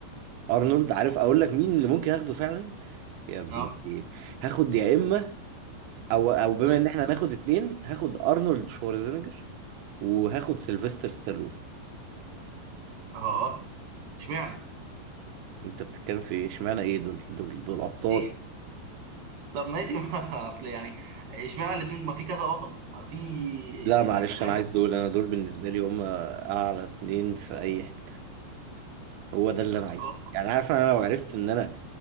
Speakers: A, on the right; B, on the right.
A: ارنولد عارف اقول لك مين اللي ممكن اخده فعلا يا ابن
B: اه
A: ايه هاخد يا اما او او بما
B: مم.
A: ان احنا هناخد اتنين هاخد ارنولد شوارزنيجر وهاخد سيلفستر ستالون
B: اه اشمعنى
A: انت بتتكلم في ايه اشمعنى ايه دول دول دول ابطال
B: ليه طب ماشي <laughs> ما اصل يعني اشمعنى الاثنين ما في كذا بطل ما في
A: لا
B: يعني
A: معلش
B: فاهم
A: انا عايز دول انا دول بالنسبه لي هم اعلى اتنين في اي حته هو ده اللي انا عايزه
B: اه
A: يعني عارف انا لو عرفت ان انا